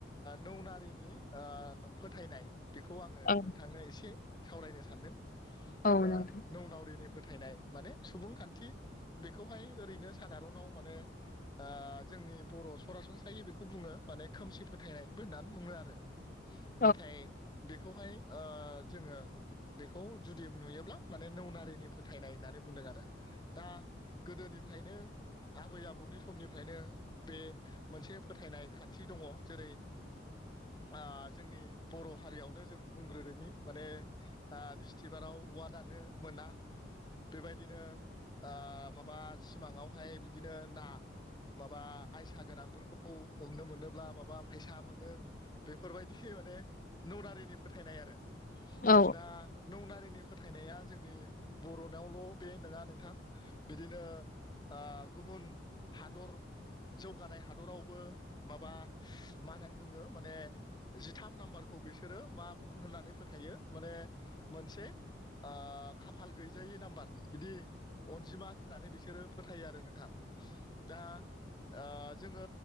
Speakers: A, on the left; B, on the left.
A: नौनारिनि ओ फोथायनाय बेखौ आङो
B: औ
A: नोंथांनो एसे सावरायनो सानदों
B: औ नोंथां
A: नौ नावरिनि फोथायनाय माने सुबुंखान्थि बेखौहाय ओरैनो सादारनाव माने ओ जोंनि बर' सरासनस्रायै बेखौ बुङो माने खोमसि फोथायनाय होननानै बुङो आरो
B: <inaudible>
A: नाथाय बेखौहाय ओ जोङो बेखौ जुदि नुयोब्ला माने नौनारिनि फोथायनाय होननानै बुंदों आरो दा गोदोनिफ्रायनो आबै आब बौनि समनिफ्रायनो बे मोनसे फोथायनाय खान्थि दङ जेरै आ जोंनि बर' हारियावनो जों बुंग्रोदोनि माने आ बिस्थिबाराव अवा दाननो मोना बेबायदिनो ओ माबा सिमाङावहाय बिदिनो ना माबा आयसा गोनांफोरखौ हमनो मोनोब्ला माबा फैसा मोनो बेफोरबायदि माने ननारिनि फोथायनाय आरो
B: औ
A: दा नौनारिनि फोथायनाया जोंनि बर'नावल' बे नङा नोंथां बिदिनो ओ गुबुन हादर जौगानाय हादरावबो माबा मा होननानै बुङो माने जिथाम नाम्बारखौ बिसोरो मा होननानै फोथायो माने मोनसे ओ खाफाल गैजायै नाम्बार बिदि अनजिमा होननानै बिसोरो फोथायो आरो नोंथां दा ओ जोङो